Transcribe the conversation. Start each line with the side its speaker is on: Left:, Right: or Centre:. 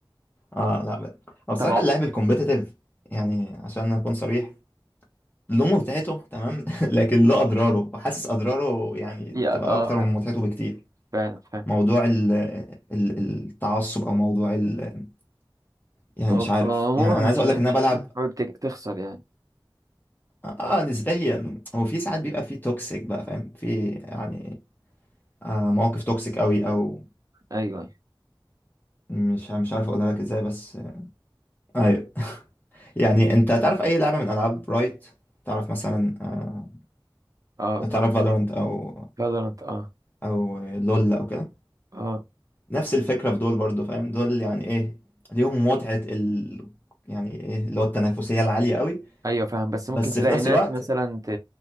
Left: اه لا بقى. هو بصراحة
Right: طبعا
Left: اللعب الكومبيتيتيف يعني عشان اكون صريح له متعته تمام <laughs> لكن له اضراره وحاسس اضراره يعني
Right: يا
Left: تبقى
Right: اه
Left: اكتر
Right: فعلا
Left: من متعته بكتير
Right: فعلا فعلا
Left: موضوع ال ال التعصب او موضوع ال يعني
Right: آه،
Left: مش عارف
Right: آه، عموما
Left: يعني انا عايز
Right: مش
Left: اقول
Right: مش
Left: لك ان انا
Right: هتكون
Left: بلعب
Right: حابب تك- تخسر يعني
Left: اه آه، نسبيا هو في ساعات بيبقى في توكسيك بقى فاهم في يعني آه مواقف توكسيك قوي او
Right: ايوه أيوة.
Left: مش مش عارف اقولها لك ازاي بس آه ايوه يعني انت تعرف اي لعبه من العاب رايت تعرف مثلا آه
Right: اه
Left: تعرف فالورنت او
Right: فالورانت اه
Left: او لول او كده
Right: اه
Left: نفس الفكره في دول برضو فاهم دول يعني ايه ليهم متعه ال يعني ايه اللي هو التنافسيه العاليه قوي
Right: ايوه فاهم بس
Left: بس
Right: ممكن تلاقي
Left: في نفس
Right: ناس
Left: الوقت
Right: مثلا ت...